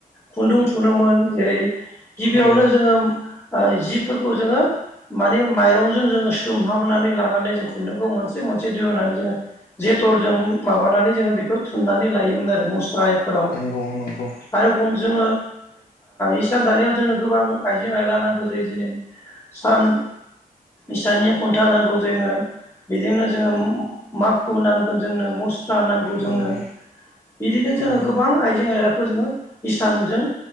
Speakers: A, on the left; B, on the left.
A: खुन्दुं थुनोमोन जेरै गिबियावनो
B: औ
A: जोङो जिफोरखौ जोङो माने माइरंजों जोङो सोमहाबनानै लानानै जों खुन्दुंखौ मोनसे मोनसे दिहुनानै जोङो जेथरजों माबानानै जोङो बेखौ थु थुननानै लायोमोन आरो मुस्राफोराव
B: नंगौ नंगौ
A: आरो बुं जोङो इसान दानायाव जोंनो गोबां आइजें आयला नांगौ जायो दिरै सान इसाननि खुन्था नांगौ जोङो बेजोंनो जोङो माखु नांगोन जोंनो मुस्रा नांगौ
B: नंगौ
A: जोंनो बिदिनो जोङो
B: नंगौ
A: गोबां आइजें आयलाखौ जोङो इसानजों